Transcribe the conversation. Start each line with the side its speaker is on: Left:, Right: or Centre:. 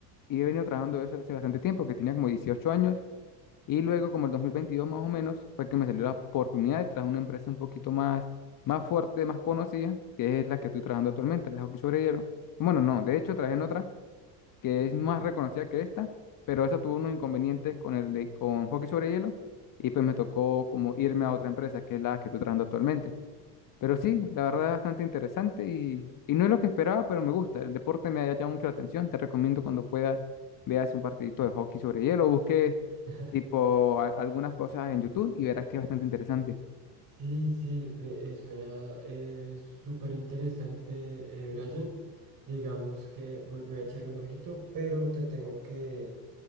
Left: y he venido trabajando eso hace bastante tiempo, que tenía como 18 años, y luego como el 2022 más o menos, fue que me salió la oportunidad de trabajar en una empresa un poquito más, más fuerte, más conocida, que es la que estoy trabajando actualmente, la de hockey sobre hielo. Bueno, no, de hecho trabajé en otra que es más reconocida que esta, pero esa tuvo unos inconvenientes con el de, con hockey sobre hielo, y pues me tocó como irme a otra empresa, que es la que estoy trabajando actualmente. Pero sí,
Right: ok.
Left: la verdad es bastante interesante y, y no es lo que esperaba, pero me gusta. El deporte me ha llamado mucho la atención. Te recomiendo cuando puedas veas un partidito de hockey sobre hielo, busque
Right: <laughs>
Left: tipo a- algunas cosas en YouTube y verás que es bastante interesante.
Right: Sí, sí, me- eh, suena eh, súper interesante, eh, Brian. Digamos que voy, voy a echarle un ojito, pero te tengo que,